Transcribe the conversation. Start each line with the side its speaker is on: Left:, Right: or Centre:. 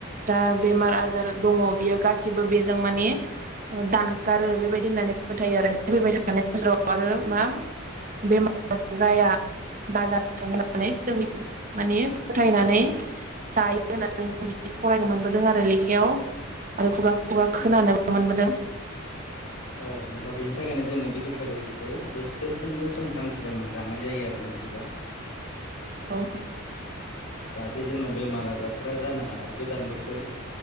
Right: दा बेमार आजार दङ बियो गासिबो बेजों माने दानगारो बेबायदि होननानै फोथायो आरो फैबाय थानाय बासोराव आरो मा बेमार जाया दाजाथो नानै जों माने फोथायनानै जायो होननानै जों बिदि फरायनो मोनबोदों आरो लेखायाव आरो खुगा खुगा खोनानो
Left: औ
Right: मोनबोदों
Left: औ होमबा बेनि थाखायनो जोङो बे गोखा गोखैखौ बोसोरफ्रोमबो संक्रान्ति दानाव जानाय जायो आरोना बिदिबा
Right: औ
Left: जाहाथे जोंनाव बेमार आजारफोरा जानो हाया गोदान बोसोर